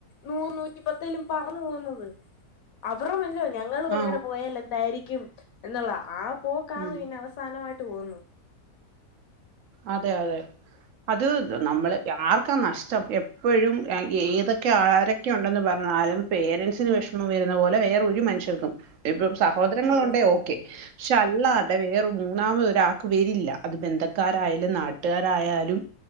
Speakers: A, on the left; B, on the right.
A: നൂറ് നൂറ്റിപ്പത്തേലും പറന്ന് പോകുന്നത് അവർടെ <unintelligible> ഞങ്ങളു
B: ആ
A: അങ്ങനെ പോയാൽ എന്തായിരി ക്കും എന്നുള്ളതാ ആ പോക്കാണ്
B: ഉം
A: പിന്നവസാനവായ് ട്ടു പോകുന്നത്
B: അതെ അതെ അത് നമ്മള് ആർക്കാ നഷ്ട്ടം എപ്പഴും എ ഏതൊക്കെ ആരൊക്കെ ഒണ്ടെന്നു പറഞ്ഞാലും പേരന്റ്സിനു വെഷമം വരുന്നത് പോലെ വേറൊരു മനുഷ്യർക്കും അതിപ്പം സഹോദരങ്ങളൊണ്ടേ
A: അതെ
B: ഓക്കെ പക്ഷെ അല്ലാ തെ വേറെ മൂന്നാമതൊരാക്ക് വെരില്ല അത് ബന്ധ ക്കാരായാലും നാട്ടുകാരായാലും